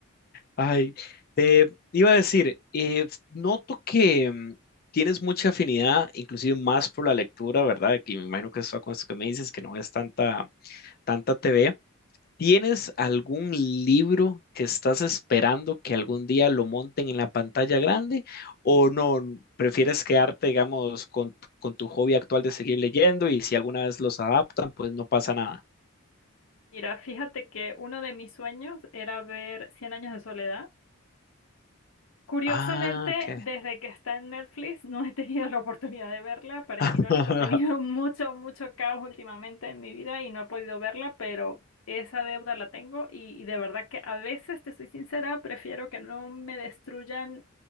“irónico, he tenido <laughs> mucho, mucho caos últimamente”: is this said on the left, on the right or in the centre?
Left